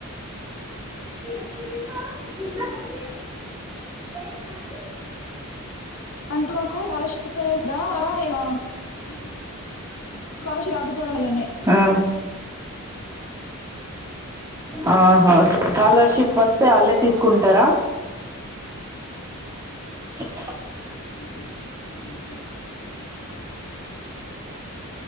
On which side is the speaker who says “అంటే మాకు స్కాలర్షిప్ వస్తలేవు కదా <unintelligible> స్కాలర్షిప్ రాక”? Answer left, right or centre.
Left